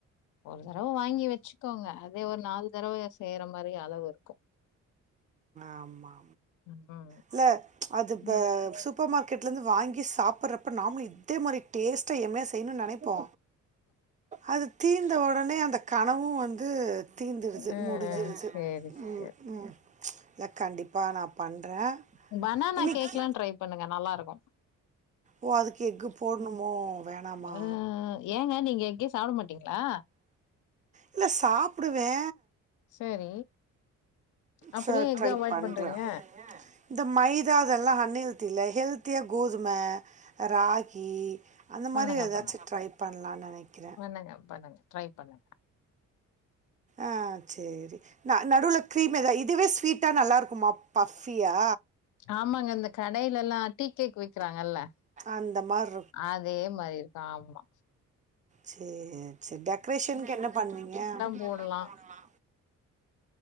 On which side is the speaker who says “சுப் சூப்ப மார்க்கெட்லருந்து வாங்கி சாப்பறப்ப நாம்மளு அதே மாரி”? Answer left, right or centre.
Right